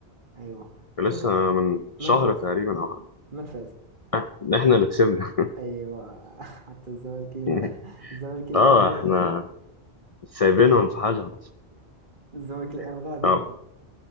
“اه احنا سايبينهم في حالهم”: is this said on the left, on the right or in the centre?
Left